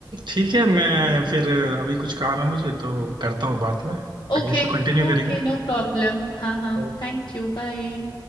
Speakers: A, on the right (about 75°); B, on the left (about 75°).
A: ठीक है मैं फिर अभी कुछ काम है मुझे तो करता हूँ बाद में आगे
B: ओके
A: इसको कंटिन्यू करेंगे
B: ओके नो प्रॉब्लम हाँ हाँ
A: ओके
B: Thank you bye